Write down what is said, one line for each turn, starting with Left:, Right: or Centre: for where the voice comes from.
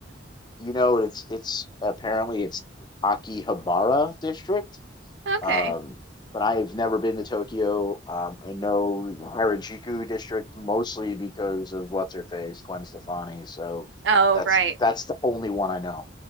Left: you know, it's it's apparently it's Akihabara district.
Right: Okay.
Left: Um, but I've never been to Tokyo. Um, I know the Harajuku district mostly because of what's her face, Gwen Stefani. So
Right: Oh,
Left: that's
Right: right,
Left: that's the only one I know.